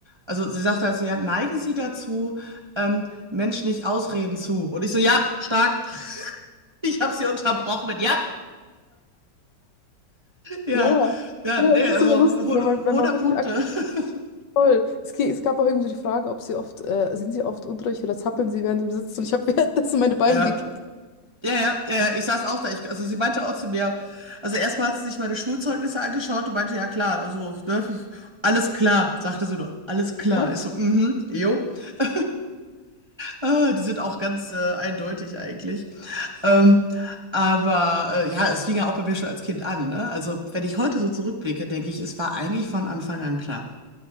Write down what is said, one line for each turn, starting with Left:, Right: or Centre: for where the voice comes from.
Right: Also sie sagte halt so, ja, neigen Sie dazu, ähm, Menschen nicht Ausreden zu. Und ich so, ja, stark. <laughs> Ich habe sie unterbrochen mit, ja, ja,
Left: ja,
Right: ja,
Left: ja,
Right: nee,
Left: es ist
Right: also
Left: immer lustig, wenn man, wenn
Right: hundert
Left: man wirklich
Right: Punkte.
Left: ak-
Right: <laughs>
Left: Voll. Es, ge- es gab auch irgendwie so die Frage, ob sie oft, äh, sind sie oft unruhig oder zappeln sie während dem Sitzen und ich habe <laughs> währenddessen meine Beine
Right: Ja.
Left: gekickt.
Right: Ja, ja, ja, ja, ich saß auch da. Ich, also sie meinte auch zu mir, also erstmal hat sie sich meine Schulzeugnisse angeschaut und meinte, ja klar, also, ne, alles klar, sagte sie nur, alles klar.
Left: Ja,
Right: Ich so, mhm, jo. <laughs> Ah, Die sind auch ganz äh, eindeutig eigentlich. Ähm, aber äh, ja, es fing ja auch bei mir schon als Kind an, ne? Also wenn ich heute so zurückblicke, denke ich, es war eigentlich von Anfang an klar.